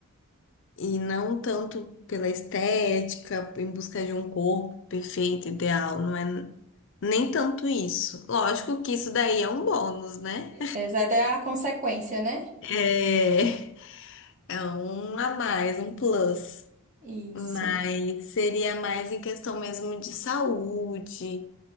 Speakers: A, on the left (about 55°); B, on the right (about 35°).
A: E não tanto pela estética, em busca de um corpo perfeito, ideal, não é nem tanto isso. Lógico que isso daí é um bônus, né?
B: Essa é a consequência, né?
A: É, é um a mais, um plus.
B: Isso.
A: Mas seria mais em questão mesmo de saúde,